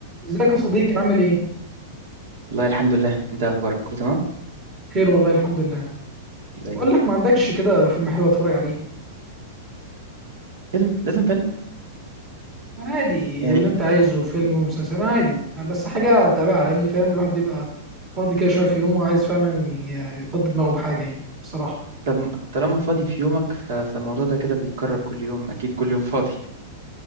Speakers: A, on the right (about 15°); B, on the right (about 60°).
A: ازيك يا صديقي عامل ايه؟
B: والله الحمد لله انت إيه اخبارك كله تمام
A: خير والله الحمد لله.
B: دايما
A: بقول لك ما عندكش كده فيلم حلو اتفرج عليه؟
B: فيلم لازم فيلم
A: عادي
B: يعني
A: اللي انت عايزه فيلم ومسلسل عادي آه، بس حاجة تابعها لان فاهم الواحد بيبقى فاضي كده شوية في يومه وعايز فعلا ي- يفضي دماغه بحاجة يعني الصراحة.
B: طب طالما فاضي في يومك ف... فالموضوع ده كده بيتكرر كل يوم اكيد كل يوم فاضي